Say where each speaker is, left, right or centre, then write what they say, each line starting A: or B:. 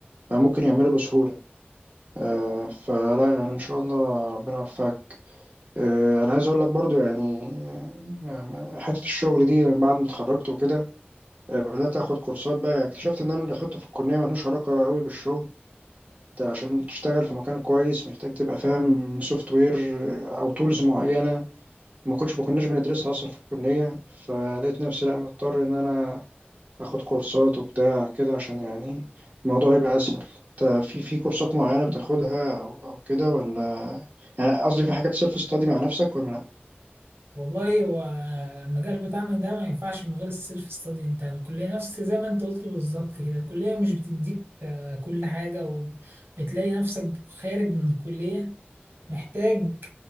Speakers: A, on the right; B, on the right.
A: بقى ممكن يعمله بسهولة آه، فلا يعني ان شاء الله ربنا يوفقك آه، انا عايز اقول لك برضو يعني آه، حته الشغل دي من بعد ما اتخرجت وكده آه، بدات اخد كورسات بقى يعني اكتشفت ان انا اللي اخدته في الكليه ملوش علاقه قوي بالشغل انت عشان تشتغل في مكان كويس محتاج تبقى فاهم سوفت وير او تولز معينه ما كنتش ما كناش بندرسها اصلا في الكليه فلقيت نفسي لا مضطر ان انا اخد كورسات وبتاع كده عشان يعني الموضوع يبقى اسهل انت في في كورسات معينة بتاخدها او او كده ولا يعني قصدي في حاجات سيلف ستادي مع نفسك ولا لا
B: والله هو المجال بتاعنا ده ما ينفعش من غير السيلف ستادي انت الكلية نفس زي ما انت قلت بالظبط كده الكلية مش بتديك آه، كل حاجة وبتلاقي نفسك خارج من الكلية محتاج